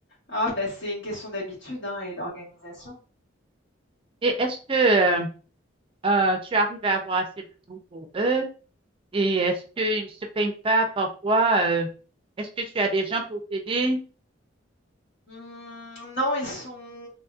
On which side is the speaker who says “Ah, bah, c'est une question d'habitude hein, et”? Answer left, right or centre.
Left